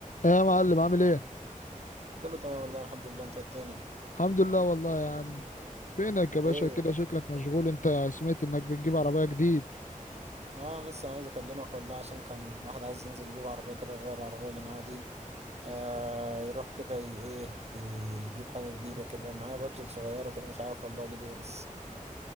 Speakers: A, on the left; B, on the right.
A: ايه يا معلم عامل ايه؟
B: كله تمام والله الحمد لله انت التاني
A: الحمد لله والله يا عم فينك يا باشا
B: ايه
A: كده شكلك مشغول انت سمعت انك بتجيب عربية جديد
B: انا لسه عايز اكلمك والله عشان كان واحد عايز ينزل يجيب عربية كده يغير العربية اللي معاه دي آه يروح كده ي- ايه يجيب حاجة جديدة كده معايا بادجت صغيرة كده مش عارف والله اجيب ايه بس